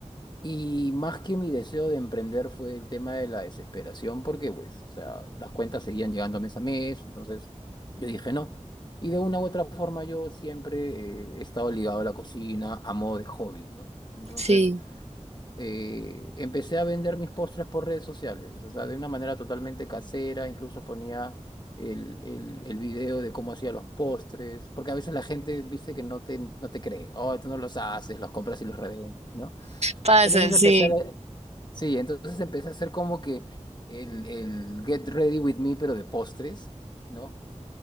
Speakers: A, on the left; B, on the right.
A: Y más que mi deseo de emprender fue el tema de la desesperación, porque pues, o sea, las cuentas seguían llegando mes a mes, entonces yo dije no. Y de una u otra forma yo siempre eh, he estado ligado a la cocina a modo de hobby, ¿no? Entonces
B: sí,
A: eh, empecé a vender mis postres por redes sociales, o sea, de una manera totalmente casera, incluso ponía el, el, el video de cómo hacía los postres, porque a veces la gente, viste, que no te, no te cree, oh, tú no los haces, los compras y los revendes, ¿no?
B: pasa,
A: Entonces empecé
B: sí.
A: a, sí, entonces empecé a hacer como que el, el Get Ready With Me, pero de postres, ¿no?